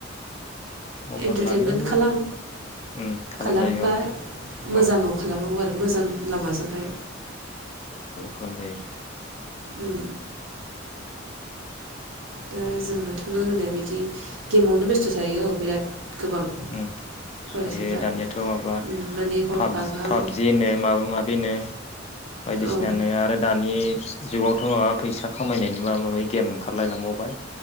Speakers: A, on the left; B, on the right.
A: मबाइल
B: इन्टारटेनमेन्ट
A: लानायाबो
B: खालाम
A: उम खालामजायो
B: खालामबा
A: औ
B: मोजाङाव
A: औ
B: खालामनांगौ आरो मोजां लामाजोंहाय
A: खनदै
B: उम दा जोङोथ' नों होननाय बायदि गेमावनो बेस्थ' थायो औ बिराद गोबां
A: उम
B: फरायसाफ्रा
A: थायो दानियाथ' माबा
B: उम माने हरफा
A: पाबजि
B: गाहाम
A: होनो माबा माबिनो बायदिसिनानो
B: औ
A: आरो दानि जुगावथ' माबा फैसा खामायनायनि माबा माबि गेम ओंखारलायलांबावबाय